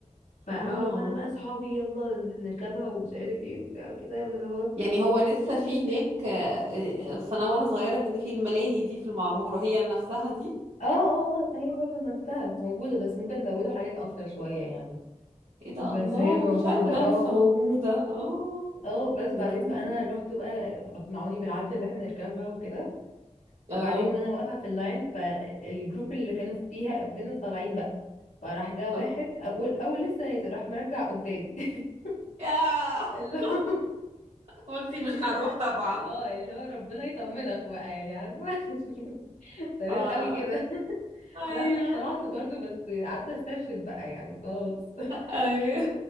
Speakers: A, on the left (about 85°); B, on the right (about 60°).
A: فا
B: اه
A: اه فانا بقى صحابي يلا نركبها ومش عارف ايه وبتاع وكده ده اللي هو
B: يعني هو لسه في هناك آه، آه، أصل انا وانا صغيره كان في الملاهي دي في المعموره هي نفسها دي
A: اه اه آه، هي برضه نفسها موجودة بس ممكن نزوده حاجات أكتر شوية يعني
B: ايه ده
A: بس
B: الله
A: هي موجودة
B: ما كنتش عارفه انها
A: اه
B: لسه موجوده اه
A: اه بس بعدين
B: ده لذيذ
A: فأنا
B: أوي.
A: رحت بقى أقنعوني بالعافية اللي احنا نركبها وكده وبعدين
B: اه
A: وأنا واقفة في اللاين فالجروب اللي كانوا فيها قبلنا طالعين بقى فراح جه واحد
B: اوكي
A: أول أول لسه نازل راح مرجع قدامي <laughs>
B: ياه
A: اللي
B: <laughs>
A: هو
B: قلتي مش
A: اللي
B: هروح
A: هو
B: طبعا
A: اه يعني اللي هو ربنا يطمنك بقى يعني عارفة <laughs> تمام
B: اه
A: قوي
B: لا
A: كده <laughs>
B: ايوه
A: لا بس طلعت برضو بس قعدت استشهد بقى يعني خلاص
B: أيوة.